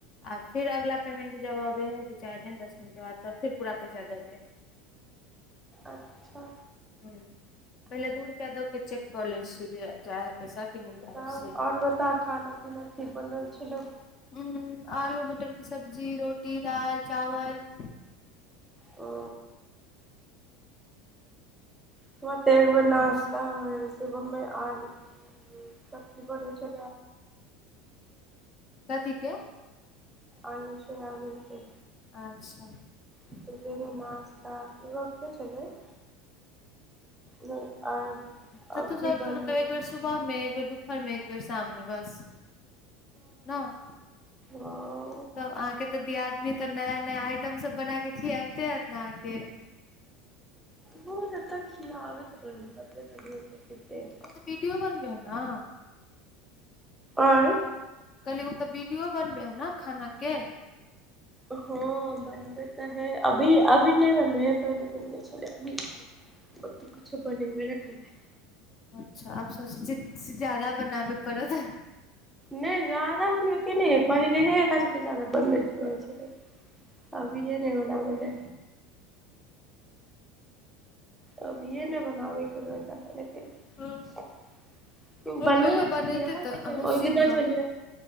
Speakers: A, on the left; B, in the centre.
A: आ फेर अगला पेमेंट जब अबे हय दू चार दिन दस दिन के बाद तब फेर पूरा पैसा दऽ दे हय।
B: अच्छा।
A: पहिले दूई रुपया द के चेक कऽ ले छै जे जाए हय पैसा कि नहि जाइ हइ
B: तब
A: से
B: और बताव खाना-पीना की बनल छलौ।
A: उम्म आलू मटर के सब्जी, रोटी, दाल, चावल
B: औ हमर तै एक बेर नाश्ता
A: बस
B: होय छै। <unintelligible> सब्जी-रोटी,
A: कथी के
B: आलू-सोयाबीन के
A: अच्छा।
B: सबेरे नाश्ता इहो होते छलै <inaudible> नै आर
A: तऽ
B: अभी
A: तू सब
B: बनलै
A: तऽ मतलब एक बेर सुबह मे, एक बेर दुपहर मे, एक बेर शाम मे, बस न
B: हां।
A: तब अहाँके तै दियादनी तै नया-नया आइटम सब बना के खियाबते हैत ने अहाँके?
B: रोज एतय खियाबैत रहय यै तखनो तबियत त ठीक नै यै।
A: ओ तऽ वीडियो बनबय हय नै।
B: ऐं
A: कहलियै उ तै वीडियो बनबय हे ना खाना के?
B: हां बन बनबै तै हय अभी-अभी नै बनबय हय पहिने बनबय छलय अभी अभी कुछो बनेबे नै करय हय।
A: अच्छा आब सोचय छै से ज्यादा बनाबय पड़त
B: नै जादा बनबै के नै हय पहलेहे एकरा सबके ज्यादा बनबय के रहय छलै। आब विडियो नै बनाबै यै। अभीेये नै बनाबय के रहय <unintelligible>
A: ओ हम
B: बना
A: कहलियै बनेतै
B: खिआ
A: तऽ
B: देबै
A: अहूँ
B: ओय
A: सीखब
B: दिना छलै